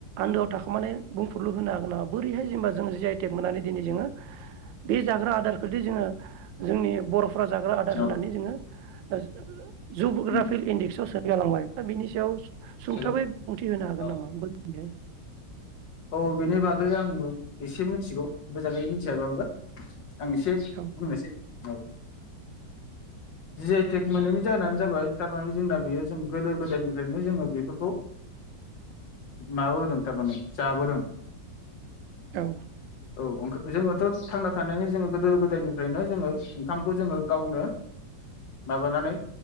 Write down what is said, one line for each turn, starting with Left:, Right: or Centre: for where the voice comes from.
Right: आन्दोआव थाखोमानाय बुंफुरलु होनो हागोन नामा बोरैहाय जेनेबा जों जि आइ टेक मोननानै दिनै जोङो? बे जाग्रा आदारखौदि जोङो जोंनि बर' फुरा जाग्रा आदार
Left: औ
Right: होनानै जोङो <unintelligible> <inaudible> जिबअग्राफिल
Left: उम
Right: इन्डेक्सआव सो गालांबाय दा बिनि सायाव सुंथाबै
Left: हेलौ
Right: बिबुंथि होनो हागोन
Left: औ
Right: नामा? दिनै
Left: औ बेनि बागै आं एसे मिथिगौ, मोजाङै मिथियाबाबो। आं एसे
Right: औ
Left: बुंनोसै। औ‌। जि आइ टेक मोननायनि जाहोनानो जाबाय, थारमाने जोंना बेयो जों गोदो गोदायनिफ्रायनो जोङो बेफोरखौ माबाबोदों थारमाने जाबोदों।
Right: औ।
Left: औ अंख जोङोथ' थांना थानायनि जोङो गोदो गोदायनिफ्रायनो जोङो, ओंखामखौ जोङो गावनो। माबानानै